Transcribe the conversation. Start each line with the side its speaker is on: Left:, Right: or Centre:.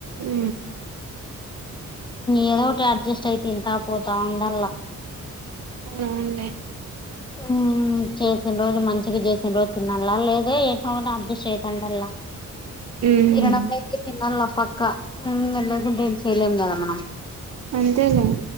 Right: ఊ
Left: ఏదో ఒకటి అడ్జస్ట్ అయి తింతా పోతా ఉండల్లా
Right: అవునవునులే
Left: ఊ చేసిన రోజు మంచిగా చేసిన రోజు తినల్ల లేదే ఏట్టో గట్ట అడ్జస్ట్ ఐతాండల్లా
Right: హ్మ్
Left: కిరణపైకి తినల్ల పక్క హు లేకుంటే ఎం చేయలేం కద మనం
Right: అంతేలే